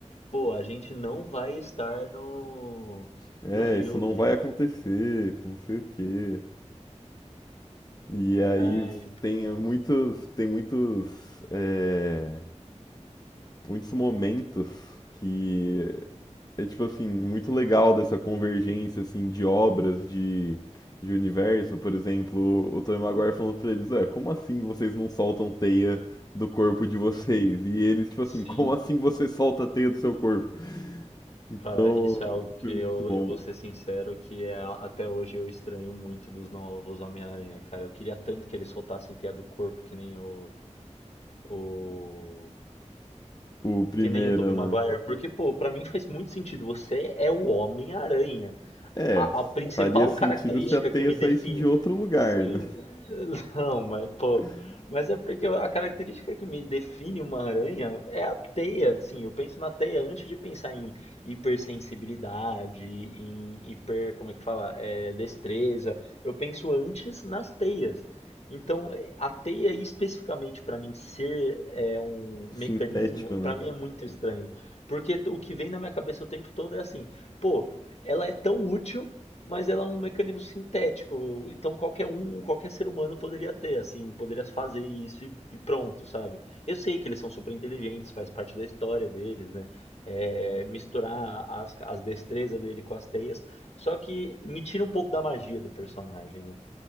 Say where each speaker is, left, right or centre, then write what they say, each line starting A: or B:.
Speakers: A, on the left; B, on the left.
A: pô, a gente não vai estar no,
B: É,
A: no filme.
B: isso não vai acontecer, que não sei o quê. E aí
A: É,
B: tem muitos, tem muitos, é, muitos momentos que é é, tipo assim, muito legal dessa convergência assim de obras de de universo, por exemplo, o Tobey Maguire falando pra eles, é, como assim vocês não soltam teia do corpo de vocês? E eles tipo
A: sim,
B: assim, como assim você solta a teia do seu corpo? Então,
A: cara, isso é algo que
B: foi
A: eu,
B: muito bom.
A: eu vou ser sincero, que é, a- até hoje eu estranho muito dos novos Homem-Aranha, cara. Eu queria tanto que eles soltassem teia do corpo, que nem o, o
B: O primeiro,
A: Que nem o Tobey Maguire.
B: né?
A: Porque, pô, pra mim faz muito sentido. Você é o Homem-Aranha
B: É,
A: a, a principal
B: faria sentido
A: característica
B: se a teia
A: que me
B: saísse
A: define.
B: de outro lugar,
A: Sim,
B: né?
A: <laughs> não, mas pô.
B: <laughs>
A: Mas é porque eu- a característica que me define uma aranha é a teia, assim. Eu penso na teia antes de pensar em hipersensibilidade, em hiper, como é que fala? É, destreza. Eu penso antes nas teias. Então, eh, a teia especificamente para mim ser é, um
B: Sintético,
A: mecanismo,
B: né?
A: para mim é muito estranho. Porque o que vem na minha cabeça o tempo todo é assim, pô, ela é tão útil, mas ela é um mecanismo sintético. Então qualquer um, qualquer ser humano poderia ter, assim, poderia fazer isso e, e pronto, sabe? Eu sei que eles são super inteligentes, faz parte da história deles, né? É, misturar as, as destrezas dele com as teias. Só que me tira um pouco da magia do personagem, né?